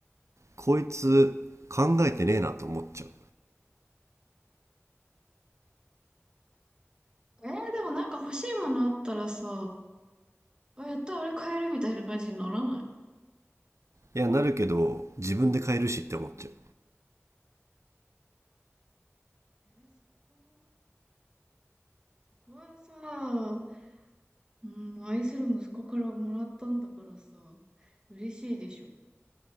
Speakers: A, on the right (about 85°); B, on the right (about 20°).
A: こいつ考えてねえなと思っちゃう。
B: えー、でもなんか欲しいものあったらさ、あ、やった、あれ買えるみたいな感じにならない
A: いや、なるけど、自分で買えるしって思っちゃう。
B: うん。えーそこは、そこはさ、うん、愛する息子からもらったんだからさ、嬉しいでしょ。